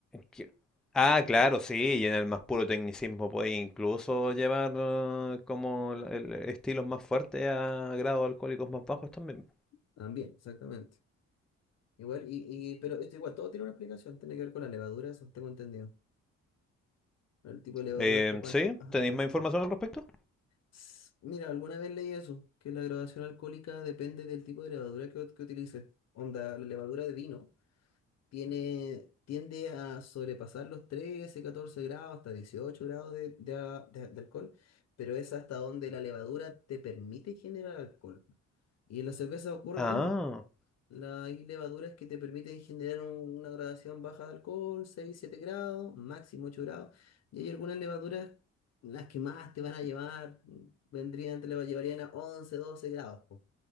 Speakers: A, in the centre; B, on the left (about 60°).
A: que- Ah, claro, sí, y en el más puro tecnicismo puede incluso llevar eh, como el- el- estilos más fuertes a grados alcohólicos más bajos también.
B: también, exactamente. Igual, y, y, pero esto igual todo tiene una explicación, tiene que ver con la levadura, eso tengo entendido. El tipo de levadura
A: Eh,
B: hasta cuánto,
A: ¿sí?
B: ah,
A: ¿Tenéis
B: hasta
A: más
B: que-
A: información
B: <sniffs>
A: al respecto?
B: Ss, Mira, alguna vez leí eso, que la graduación alcohólica depende del tipo de levadura que, que utilices. Onda, la levadura de vino tiene, tiende a sobrepasar los 13 14 grados, hasta 18 grados de, de a- de- de alcohol, pero es hasta donde la levadura te permite generar alcohol. Y en la cerveza ocurre
A: Ah,
B: lo mismo. La- Hay levaduras que te permiten generar un- una gradación baja de alcohol, 6 7 grados, máximo 8 grados. Y hay algunas levaduras, las que más te van a llevar, vendrían, te le llevarían a 11, 12 grados. po.